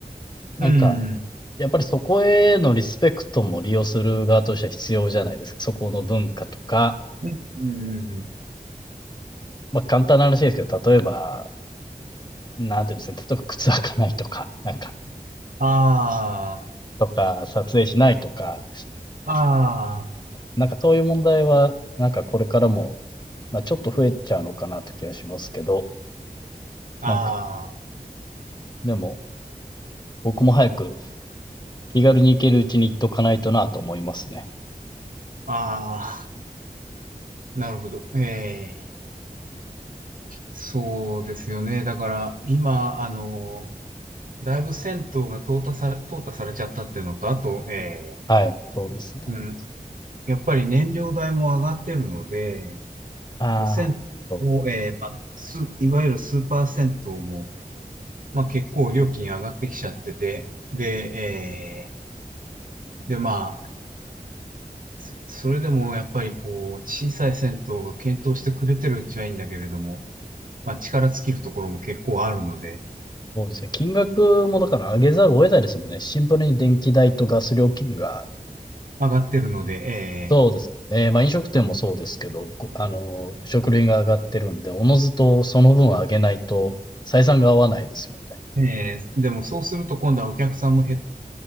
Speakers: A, on the left; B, on the right.
A: なんか、
B: うん。
A: やっぱりそこへのリスペクトも利用する側としては必要じゃないですか。そこの文化とか、
B: うん、うん、うんうん。
A: まあ簡単な話ですけど、例えば、なんていうんですかね、例えば靴履かないとか、なんか、
B: あ
A: とか、撮影しないとか、
B: あ。あ
A: なんかそういう問題は、なんかこれからも、まあ、ちょっと増えちゃうのかなと気はしますけど、
B: あ。
A: なんか、
B: ああ。
A: でも、僕も早く気軽に行けるうちに行っとかないとなと思いますね。
B: ああ。なるほど。ええ。そうですよね。だから、今、あの、だいぶ銭湯が淘汰され、淘汰されちゃったっていうのと、あと、ええ、
A: はい、そうですね。
B: うん、やっぱり燃料代も上がってるので、
A: ああ、
B: こう銭湯を、
A: そう、
B: えーまあ、す、いわゆるスーパー銭湯も、まあ、結構料金上がってきちゃってて、で、えーで、まあ、そ、それでもやっぱりこう、小さい銭湯が検討してくれてるうちはいいんだけれども、まあ、力尽きるところも結構あるので、
A: そうですね。金額もだから上げざるを得ないですもんね。シンプルに電気代とガス料金が、
B: 上がってるので、
A: そうですよね。まあ飲食店もそうですけど、ごあの、食料品が上がってるんで、おのずとその分上げないと採算が合わないですもんね。
B: えーえーでもそうすると今度はお客さんも減っ